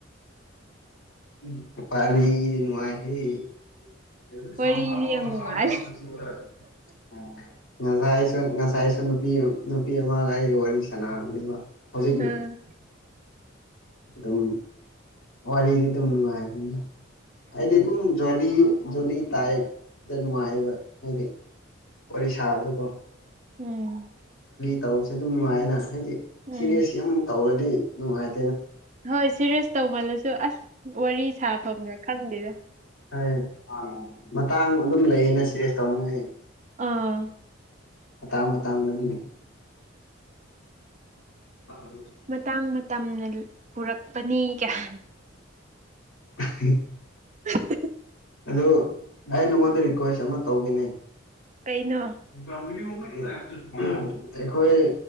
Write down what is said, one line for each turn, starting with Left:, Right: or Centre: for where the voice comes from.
Left: ꯎꯝ ꯋꯥꯔꯤꯗꯤ ꯅꯨꯡꯉꯥꯏꯍꯦ <unintelligible>
Right: ꯋꯥꯔꯤꯗꯤ ꯌꯥꯝ ꯅꯨꯡꯉꯥꯏ
Left: ꯉꯖꯥꯏꯁꯨ ꯉꯁꯥꯏꯁꯨ ꯅꯨꯄꯤ ꯅꯨꯄꯤ ꯑꯃꯒ ꯑꯩꯒ ꯋꯥꯔꯤ ꯁꯥꯟꯅꯕꯅꯦꯕ ꯍꯧꯖꯤꯛ
Right: ꯎꯝ
Left: ꯑꯗꯨꯝ ꯋꯥꯔꯤꯗꯤ ꯑꯗꯨꯝ ꯅꯨꯡꯉꯥꯏꯕꯅꯤ ꯑꯩꯗꯤ ꯑꯗꯨꯝ ꯖꯣꯂꯤ ꯖꯣꯂꯤ ꯇꯥꯏꯞꯇ ꯅꯨꯡꯉꯥꯏꯕ ꯍꯥꯏꯗꯤ ꯋꯔꯤ ꯁꯥꯕꯗꯣꯀꯣ
Right: ꯎꯝ
Left: ꯇꯧꯕꯁꯦ ꯑꯗꯨꯝ ꯅꯨꯡꯉꯥꯏꯌꯦꯅꯥ ꯍꯥꯏꯗꯤ
Right: ꯎꯝ
Left: ꯁꯤꯔꯤꯌꯁ ꯌꯥꯝ ꯇꯧꯔꯗꯤ ꯅꯨꯡꯉꯥꯏ
Right: ꯍꯣꯏ ꯁꯤꯔꯤꯌꯁ ꯇꯧꯃꯜꯂꯁꯨ ꯑꯁ ꯋꯥꯔꯤ ꯁꯥꯐꯝꯒ ꯈꯪꯗꯦꯗ
Left: ꯍꯣꯢ ꯃꯇꯥꯡ ꯑꯗꯨꯝ ꯂꯩꯌꯦ ꯑꯩꯅ ꯁꯤꯔꯤꯌꯁ ꯇꯧꯔꯤꯉꯩ
Right: ꯑꯥ
Left: ꯃꯇꯥꯡ ꯃ ꯇꯥꯡ ꯑꯗꯨ <unintelligible>
Right: ꯃꯇꯥꯡ ꯃꯇꯝꯅ ꯄꯨꯔꯛꯄꯅꯤ ꯀꯌꯥ
Left: <unintelligible>
Right: <unintelligible>
Left: ꯑꯗꯨ ꯑꯩ ꯅꯪꯉꯣꯟꯗ ꯔꯤꯀ꯭ꯋꯦꯁ ꯑꯃ ꯇꯧꯒꯦꯅꯦ
Right: ꯀꯩꯅꯣ
Left: <unintelligible> ꯑꯩꯈꯣꯏ ꯑꯦ